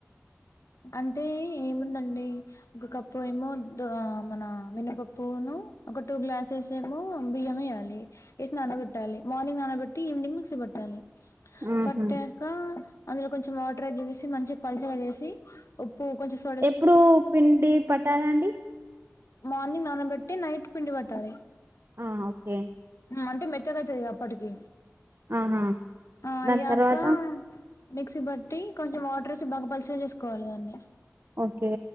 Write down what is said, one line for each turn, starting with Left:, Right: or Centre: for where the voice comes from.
Left: అంటే ఏముందండి ఒక కప్పు ఏమో ద మన మినపప్పూను ఒక టూ గ్లాసెస్ ట్లేమో బియ్యమెయ్యాలి ఏసి నానబెట్టాలి మార్నింగ్ నానబెట్టి ఈవినింగ్ మిక్సీ పట్టాలి
Right: ఆహా
Left: పట్టాక అందులో కొంచెం వాటర్ ఆడ్ చేసేసి మంచిగ పల్చగ చేేసి ఉప్పు కొంచం స్
Right: ఎప్పుడు పిండి పట్టాలండి
Left: మార్నింగ్ నానబట్టి నైట్ పిండి పట్టాలి
Right: ఆ ఓకే
Left: అంటే మెత్తగైతదిగా అప్పటికి
Right: ఆహా
Left: ఆ
Right: దాని
Left: అయ్యాకా
Right: తర్వాత
Left: మిక్సీ బట్టి కొంచెం వాటరేసి బాగా పల్చగ చేస్కోవాలి దాన్ని
Right: ఓకే